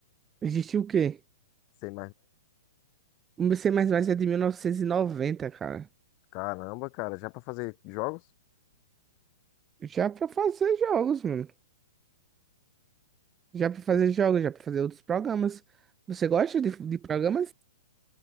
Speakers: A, on the right (about 20°); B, on the left (about 40°).
A: Existiu o quê?
B: C++?
A: O C++ é de 1990, cara.
B: Caramba, cara, já pra fazer jogos?
A: Já pra fazer jogos, mano. Já pra fazer
B: É
A: jogos, já pra fazer outros programas. Você gosta de, de programas?